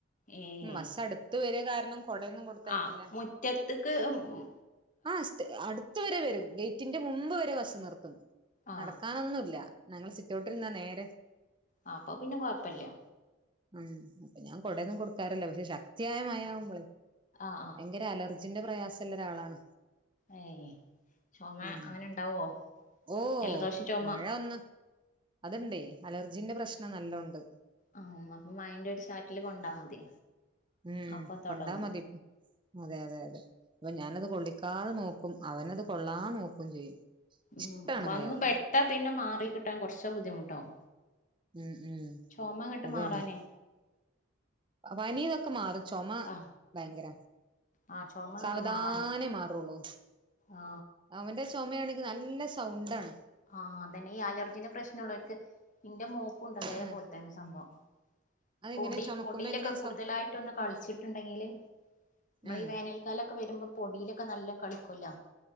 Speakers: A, on the left; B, on the right.
A: ഏഹ്
B: ഉം ബസ്സ് അടുത്ത് വെരാ കാരണം കൊടയൊന്നും കൊടുത്തയക്കില്ല
A: ആഹ് മുറ്റത്ത്ക്ക് ഉം ഉം
B: ആഹ് സ്റ്റേ അടുത്ത് വരെ വെരും ഗേറ്റിന്റെ മുമ്പ് വരെ ബസ്സ് നിർത്തും.
A: ആഹ്
B: നടക്കാനൊന്നുല്ലാ ഞങ്ങളെ സിറ്റൗട്ടിരുന്നാ നേരെ
A: ആഹ് അപ്പ പിന്നെ കൊഴപ്പെല്ലാ.
B: ഉം അപ്പൊ ഞാൻ കുടെന്നും കൊടുക്കാറില്ലംപക്ഷെ ശക്തിയായ മഴയാവുമ്പോളെ
A: ആഹ് ആഹ്
B: ഭയങ്കര അലർജിന്റെ പ്രയാസുള്ള ഒരാളാണ്.
A: ഏഹ് ചുമ
B: ഉം
A: അങ്ങനെ ഉണ്ടാവുവോ
B: ഓഹ്
A: ജലദോഷം ചുമ.
B: മഴ ഒന്ന് അതുണ്ടേ അലർജിന്റെ പ്രശ്നം നല്ലം ഉണ്ട്.
A: ആ അപ്പൊ മയേന്റെ ഒരു ചാറ്റല് കൊണ്ടാ മതി.
B: ഉം
A: അപ്പൊ തുടങ്ങും
B: കൊണ്ടാ മതി അതെ അതെ അതെ അപ്പൊ ഞാനത് കൊള്ളിക്കാതെ നോക്കും അവനത് കൊള്ളാൻ നോക്കുകയും ചെയ്യും.
A: ഉം
B: ഇഷ്ടാണ്
A: വന്ന്
B: മഴവെള്ളണെ
A: പെട്ടാ പിന്നെ മാറി കിട്ടാൻ കുറച്ച് ബുദ്ധിമുട്ടാവും.
B: ഉം ഉം
A: ചുമ അങ്ങട്ട്
B: അത്
A: മാറാനേ.
B: തന്നെ പനി ഇതൊക്കെ മാറും ചുമ
A: ആ
B: ഭയങ്കര.
A: ആ ചുമ അങ്ങട്ട്
B: സാവധാനം
A: മാറാൻ
B: മാറുള്ളൂ.
A: ആ
B: അവന്റെ ചുമയാണെങ്കിൽ നല്ല സൗണ്ടാണ്.
A: ആഹ് അതന്നെ ഈ അലർജീന്റെ പ്രശ്നൊള്ളോർക്ക് ഇന്റെ മോക്കുണ്ട് അതേപോലെ.
B: ആ
A: ആ സംഭവം
B: അതിങ്ങനെ
A: പൊടി
B: ചുമക്കുമ്പോ
A: പൊടിയിലൊക്കെ
B: എങ്ങനെ
A: കൂടുതലായിട്ടൊന്ന്
B: സൗ
A: കളിച്ചിട്ടുണ്ടെങ്കില് നമ്മളീ
B: ആ
A: വേനൽക്കാലൊക്കെ വരുമ്പോ പൊടിയിലൊക്കെ നല്ലോം കളിക്കൊല്ലോ